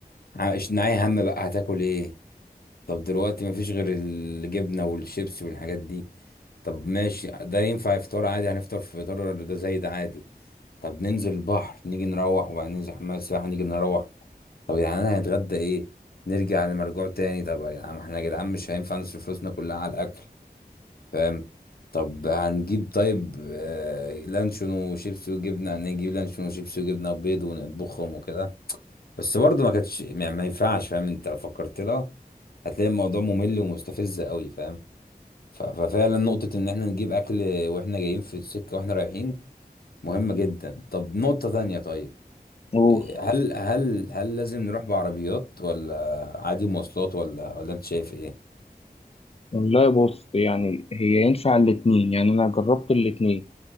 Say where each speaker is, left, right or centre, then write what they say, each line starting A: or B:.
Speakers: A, on the left (about 70°); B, on the left (about 40°).
A: مش ناعي هم بقى هتاكل ايه طب دلوقتي مفيش غير الجبنة والشيبسي والحاجات دي طب ماشي ده ينفع افطار عادي هنفطر في فطار ده زي ده عادي طب ننزل البحر نيجي نروح وبعدين ننزل حمام السباحة نيجي نروح طب يا جدعان هنتغدى ايه نرجع لمرجوع تاني طب يا جدعان ما احنا يا جدعان مش هينفع نصرف فلوسنا كلها على الاكل فاهم طب هنجيب طيب آه لانشون وشيبسي وجبنة هنجيب لانشون وشيبسي وجبنة وبيض ونطبخهم وكده بس برضه ما كانتش يعني ما ينفعش فاهم انت لو فكرت لها هتلاقي الموضوع ممل ومستفز قوي فاهم ف- ففعلا نقطة ان احنا نجيب اكل واحنا جايين في السكة واحنا رايحين مهمة جدا طب نقطة تانية طيب
B: قول
A: إيه، هل هل هل لازم نروح بعربيات ولا عادي مواصلات ولا ولا انت شايف ايه
B: والله بص يعني هي ينفع الاتنين يعني انا جربت الاتنين